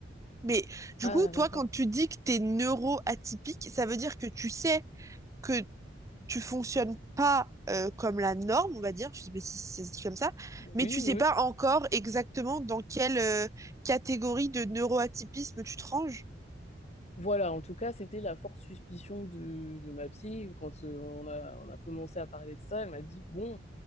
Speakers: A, on the right; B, on the left.
A: Mais du
B: Ah,
A: coup, toi,
B: d'accord.
A: quand tu dis que t'es neuro-atypique, ça veut dire que tu sais que tu fonctionnes pas euh, comme la norme, on va dire, je sais pas si ça se dit comme ça,
B: Oui,
A: mais tu
B: oui,
A: sais
B: oui.
A: pas encore exactement dans quelle euh, catégorie de neuroatypisme tu te ranges.
B: Voilà, en tout cas, c'était la forte suspicion de, de ma psy. Quand euh, on a, on a commencé à parler de ça, elle m'a dit, bon,